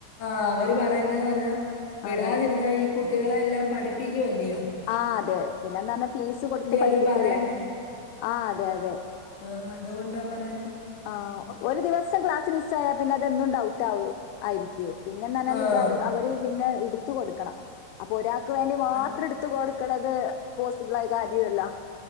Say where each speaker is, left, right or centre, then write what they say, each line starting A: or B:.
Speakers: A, on the left (about 45°); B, on the left (about 90°).
A: ആഹ് അവര് പറയുന്നേന്ന് പറഞ്ഞാ വിടാതിരുന്ന
B: അതെ
A: ഈ കുട്ടികളെ എല്ലാം പഠിപ്പിക്കു അല്ലയോ
B: ആഹ് അതെ പിന്നെ എന്താ പറഞ്ഞാ ഫീസ് കൊടുത്ത് പഠിപ്പിക്കല്ലേ
A: അവര് പറയണ്ടേ?
B: ആഹ് അതെ അതെ
A: ആഹ് അതുകൊണ്ടാ പറഞ്ഞേ
B: ആഹ് ഒരു ദിവസം ക്ലാസ് മിസ്സായാ പിന്നെ അത് എന്നും ഡൗട്ടാവ് ആയിരി കെ പിന്നെന്താഞ്ഞാല്
A: ആഹ്
B: ഇത് അത് അവര് പിന്നെ ഇടുത്തു കൊടുക്കണം അപ്പോ ഒരാക്ക് വേണ്ടി മാത്രം
A: അൻ
B: ത്ത് കൊടുക്ക്ണത് പോസ്സിബിൾ ആയ കാര്യുഅല്ല